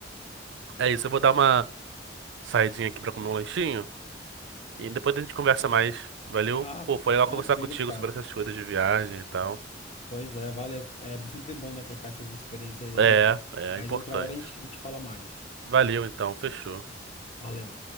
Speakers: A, on the right; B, on the left.
A: É isso, eu vou dar uma saidinha aqui pra comer um lanchinho. E depois a gente conversa mais. Valeu?
B: Ah,
A: Pô,
B: tá
A: foi legal
B: tranquilo,
A: conversar contigo
B: cara.
A: sobre essas coisas de viagem e tal.
B: Pois é, valeu. É sempre bom, né, trocar essas experiências aí.
A: É, é
B: Mas
A: importante.
B: outra hora a gente, a gente fala mais.
A: Valeu então, fechou.
B: Valeu.